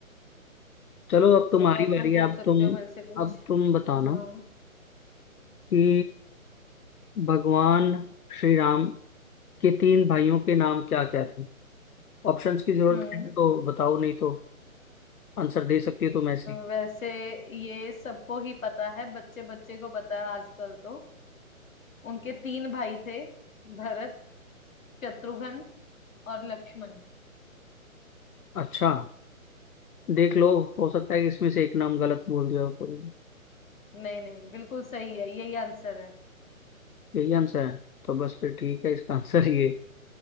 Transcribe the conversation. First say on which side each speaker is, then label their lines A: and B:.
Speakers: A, on the left; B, on the left.
A: चलो अब तुम्हारी
B: चलो अब
A: बारी
B: तुम
A: है
B: पूछ
A: अब
B: सकते
A: तुम
B: हो मेरे से कुछ
A: अब तुम बताना
B: हाँ
A: कि भगवान श्री राम के तीन भाइयों के नाम क्या क्या थे ऑप्शंस की जरूरत
B: हम्म
A: है तो बताओ नहीं तो आंसर दे सकती हो तुम ऐसे ही।
B: वैसे ये सबको ही पता है बच्चे बच्चे को पता है आजकल तो उनके तीन भाई थे भरत शत्रुघ्न और लक्ष्मण
A: अच्छा देख लो हो सकता है कि इसमें से एक नाम गलत बोल दिया हो तो
B: नहीं नहीं बिल्कुल सही है यही आंसर है
A: यही आंसर है तो बस फिर ठीक है इसका आंसर ये